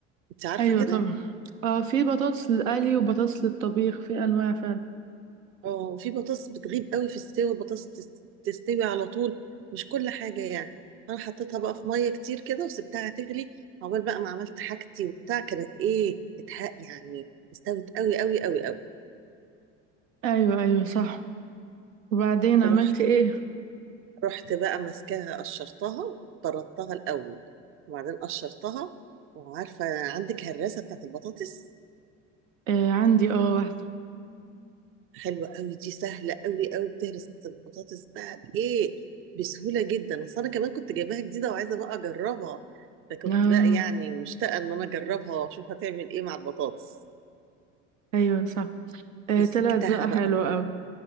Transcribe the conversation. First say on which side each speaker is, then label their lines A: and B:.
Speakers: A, on the right (about 35°); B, on the right (about 85°).
A: انت عارفه
B: ايوه
A: كده
B: طبعا اه في بطاطس للقلي وبطاطس للطبيخ في انواع فعلا
A: اه في بطاطس بتغيب قوي في السوا بطاطس تس- تستوي على طول مش كل حاجه يعني انا حطيتها بقى في ميه كتير كده وسبتها تغلي عقبال بقى ما عملت حاجتي وبتاع كانت ايه اتحق يعني استوت قوي قوي قوي قوي
B: ايوه ايوه صح وبعدين عملت
A: رحت
B: ايه
A: رحت بقى ماسكاها قشرتها طردتها الاول وبعدين قشرتها وعارفه عندك هراسه بتاعت البطاطس
B: آه عندي اه واحده
A: حلوه قوي دي سهله قوي قوي بتهرس البطاطس بقى بايه بسهوله جدا اصل انا كمان كنت جايباها جديده وعايزه بقى اجربها فكنت
B: اه
A: بقى يعني مشتاقه ان انا اجربها واشوف هتعمل ايه مع البطاطس
B: ايوه صح آه
A: مسكتها
B: طلعت بقى
A: بقى
B: حلوه
A: رحت
B: قوي